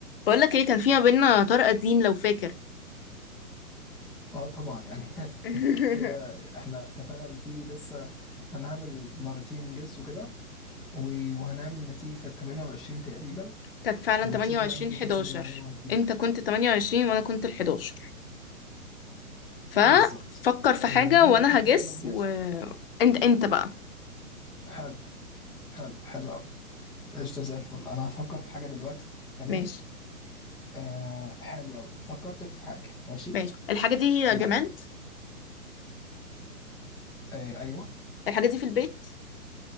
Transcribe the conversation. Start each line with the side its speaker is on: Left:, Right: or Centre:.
Left: بقول لك ايه كان في ما بيننا طار قديم لو فاكر
Centre: اه طبعا يعني
Left: <laughs>
Centre: <laughs> كده احنا اتفقنا اللي فيه لسه انا هعمل مرتين جس وكده و- وهنعمل نتيجة كانت 28 تقريبا
Left: كانت فعلا
Centre: ونشوف
Left: 28
Centre: بقى مين اللي
Left: 11
Centre: كسب الراوند دي
Left: انت كنت 28 وانا كنت ال 11 ففكر
Centre: بالظبط
Left: في حاجة
Centre: آه، مين
Left: وانا
Centre: اللي كان
Left: هجس
Centre: بيعمل جس
Left: و انت انت بقى
Centre: حلو حلو حلو قوي قشطة زي الفل انا هفكر في حاجة دلوقتي تمام
Left: ماشي
Centre: آه حلو قوي فكرت في حاجة ماشي
Left: ماشي الحاجة دي
Centre: يلا
Left: جماد
Centre: آه ايوه
Left: الحاجة دي في البيت